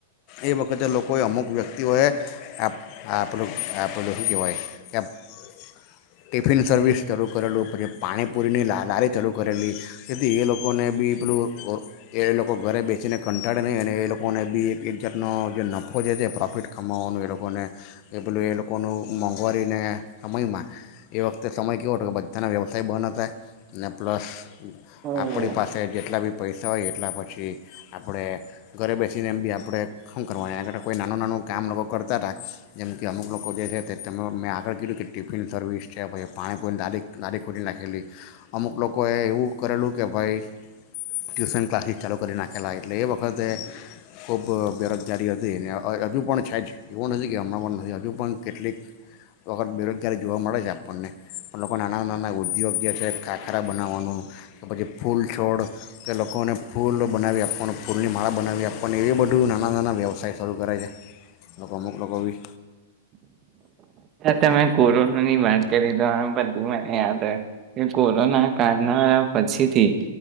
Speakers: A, on the left; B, on the right.
A: એ વખતે લોકોએ અમુક વ્યક્તિઓએ આપ આપલું આપેલું શું કહેવાય કે ટિફિન સર્વિસ ચાલુ કરેલું પછી પાણીપુરીની લ લારી ચાલુ કરેલી જેથી એ લોકોને બી પેલું એ લોકો ઘરે બેસીને કંટાળે નહીં અને એ લોકોને બી એક એકજારનો જે નફો છે છે પ્રોફિટ કમાવવાનું એ લોકોને એ પેલું એ લોકોનું મોંઘવારીને સમયમાં એ વખતે સમય કેવો હતો કે બધાના વ્યવસાય બંધ હતા ને પ્લસ
B: હમ.
A: આપણી પાસે જેટલા બી પૈસા હોય એટલા પછી આપણે ઘરે બેસીને એમ બી આપણે શું કરવાનું આગળ કોઈ નાનું નાનું કામ લોકો કરતા હતા જેમ કે અમુક લોકો જે છે તે તમે મેં આગળ કીધું કે ટિફિન સર્વિસ છે પછી પાણીપુઈને દારી દારી ખોટી નાખેલી અમુક લોકોએ એવું કરેલું કે ભાઈ ટ્યુશન ક્લાસીસ ચાલુ કરી નાખેલા એટલે એ વખતે ખૂબ બેરોજગારી હતી અને હજુ પણ છે જ એવું નથી કે હમણાં પણ નથી હજુ પણ કેટલીક વખત બેરોજગ અત્યારે જોવા મળે છે આપણને પણ લોકો નાના નાના ઉદ્યોગ જે છે ખાખરા બનાવવાનું કે પછી ફૂલ છોડ કે લોકોને ફૂલ બનાવી આપવાનું ફૂલની માળા બનાવી આપવાની એવી બધું નાના નાના વ્યવસાય શરૂ કરે છે. લોકો મુક લાવવી.
B: તમે કોરોના ની વાત કરી તો આ બધી મને યાદ આવે કે કોરોના કાળના પછીથી